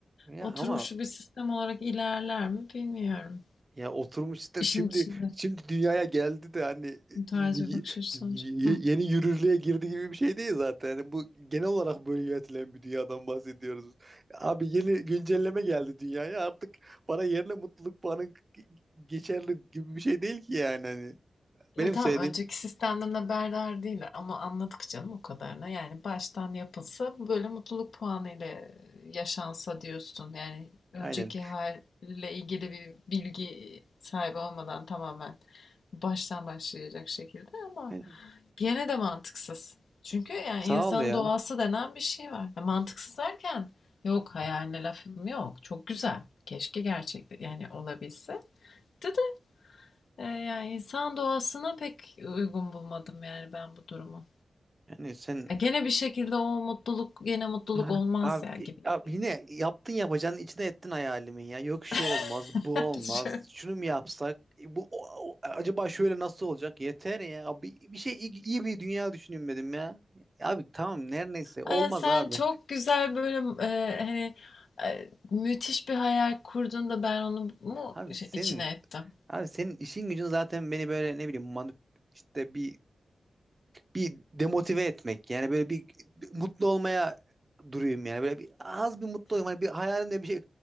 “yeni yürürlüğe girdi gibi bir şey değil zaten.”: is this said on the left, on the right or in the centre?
Right